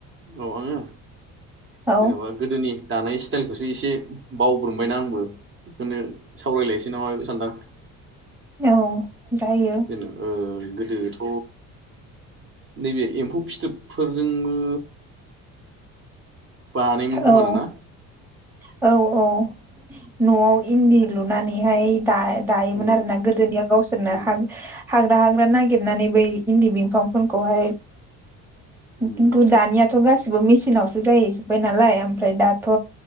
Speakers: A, on the right; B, in the centre.
A: औ आङो
B: औ
A: जेनबा गोदोनि दानाय स्टाइलखौसो एसे बावग्रोमबायना आंबो बेखौनो सावरायलायनोसै नामा सानदां।
B: औ
A: <unintelligible>
B: जायो
A: गोदोथ नैबे एम्फौ फिथोबफोरजोंबो बानायोमोन
B: औ
A: खोमा आरोना
B: औ औ। न'आव इन्दि लुनानैहाय दा-दायोमोन
A: अ
B: आरो ना गोदोनिया गावसोरनो
A: उम
B: हां हाग्रा हाग्रा नागिरनानै बै इन्दि बिफांफोरखौहाय
A: उम
B: खिन्थु दानियाथ गासिबो मिसि थिनावसो जायो जो बाय नालाय ओम ओमफ्राय दाथ